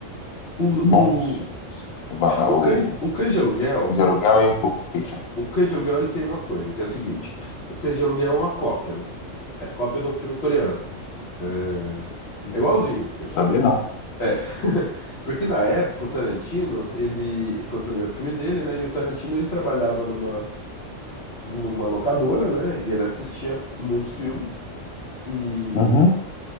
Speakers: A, on the left; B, on the left.
A: O,
B: bons
A: o,
B: filmes? O, Va-
A: o,
B: o
A: Cães, o Cães de Aluguel,
B: De Aluguel e o Pulp Fiction.
A: o Cães de Aluguel ele tem uma coisa, que é a seguinte. O Cães de Aluguel é uma cópia, né? É a cópia de um filme coreano. É,
B: Uhum.
A: é igualzinho o filme.
B: Sabia não.
A: É. <laughs> Porque na época o Tarantino, ele foi o primeiro filme dele, né? E o Tarantino ele trabalhava numa numa locadora, né? E ele assistia muitos filmes. E
B: Uhum.